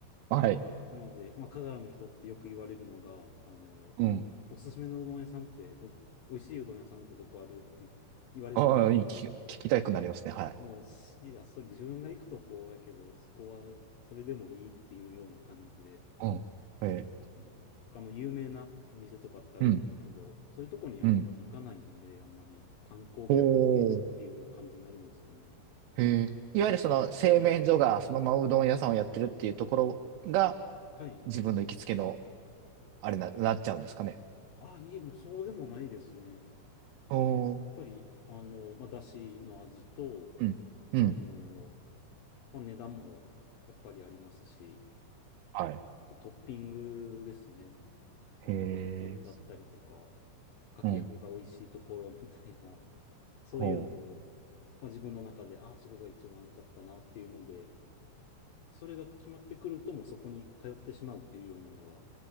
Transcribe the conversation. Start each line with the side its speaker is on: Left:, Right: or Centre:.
Right: はい。
Left: なので、まあ、香川の人ってよく言われるのが、あの、
Right: うん。
Left: おすすめのうどん屋さんってど、美味しいうどん屋さんってどこあるって言われるんですけど、
Right: ああ、いい聞き、聞きたくなりますね。はい。
Left: もうし、あ、そう、自分が行くとこやけど、そこはそれでもいいっていうような感じで、
Right: うん。え
Left: この他の有名なお店とかってあるんですけど、
Right: ーうん。
Left: そういうとこにはやっぱり行かないんで、
Right: うん。
Left: あんまり観光客向けっていうの感じになるんですかね。
Right: おーへえ。いわゆるその製麺所がそのままうどん屋さんをやってるっていうところが
Left: はい。
Right: 自分の行きつけのあれな、なっちゃうんですかね。
Left: あ、いえ、もうそうでもないですね。や
Right: おー。
Left: っぱり、あの、まあ、だしの味と、
Right: うん。うん。
Left: あの、まあ、値段もやっぱりありますし、
Right: はい。
Left: あとトッピングですね。
Right: へ
Left: あの、鶏天だったりとか、
Right: え。
Left: かき揚げが美味しいところみたいな、
Right: うん。
Left: そういうのを、
Right: ほ
Left: まあ、自分の中で、ああ、そこが一番良かったなっていうので、それが決まってくると、もうそこに通ってしまうっていうようなのが、